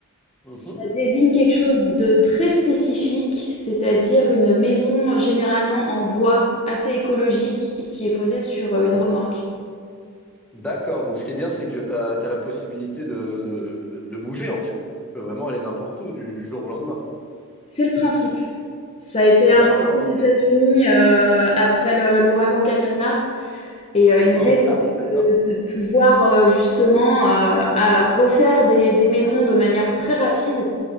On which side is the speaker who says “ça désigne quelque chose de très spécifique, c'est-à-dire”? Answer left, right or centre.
Left